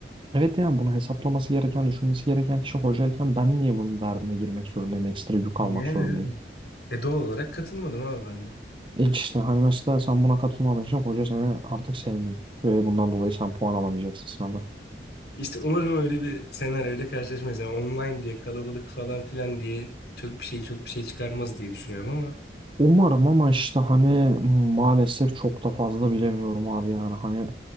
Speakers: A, on the right (about 30°); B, on the left (about 70°).
A: Evet yani bunu hesaplaması gereken, düşünmesi gereken kişi hocayken ben niye bunun derdine girmek zorundayım, ekstra yük
B: Yani
A: almak zorundayım?
B: abi. E doğal olarak katılmadım abi ben de.
A: E işte hani mesela sen buna katılmadığın için hoca seni artık sevmiyor ve bundan dolayı sen puan alamayacaksın sınavda.
B: İşte umarım öyle bir senaryo öyle karşılaşmayız. Yani online diye kalabalık falan filan diye çok bir şey çok bir şey çıkarmaz diye düşünüyorum ama.
A: Umarım ama işte hani maalesef çok da fazla bilemiyorum abi yani hani